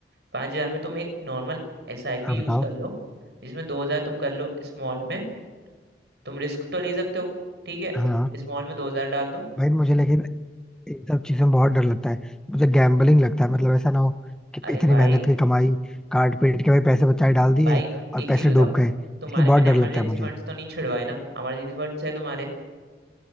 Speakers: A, on the right; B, in the centre.
A: पाँच हजार में तुम एक normal S I P
B: हाँ
A: use
B: बताओ
A: कर लो जिसमें दो हजार तुम कर लो स्मॉल में तुम रिस्क तो ले सकते हो ठीक है
B: हाँ
A: स्मॉल में दो हजार डाल दो
B: भाई मुझे लेकिन इन सब चीजों में बहुत डर लगता है मुझे गैम्बलिंग लगता है मतलब ऐसा ना हो कि
A: अरे
B: इतनी
A: भाई
B: मेहनत की कमाई काट पीट के भाई पैसे बचाए डाल दिए
A: भाई
B: और
A: एक
B: पैसे
A: चीज बताओ
B: डूब गए इसलिए
A: तुम्हारे
B: बहुत
A: मैंने
B: डर
A: इमरजेंसी
B: लगता है मुझे
A: फंड्स तो नहीं छिड़वाए ना इमरजेंसी फंड्स है तुम्हारे